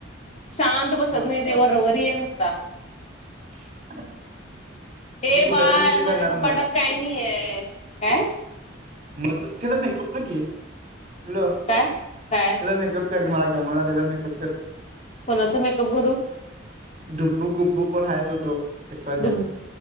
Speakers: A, on the left; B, on the right.
A: शांत बसत
B: हा
A: नाही. वर वर येन स
B: <unintelligible>
A: ते
B: तू कुत्र्याची
A: बाळ
B: भीती घालणार
A: माझ्या कपाड
B: मग
A: काय नाहीय काय?
B: मगत ते तर नाही खपलं की आहे हॅलो.
A: काय काय?
B: त्याचा मेकअप कर मला गम त्याला मेकअप कर.
A: कोणाचं मेकअप करू.
B: डुब्बू गुब्बू कोण हाय त हो तो एक्सजे
A: डुग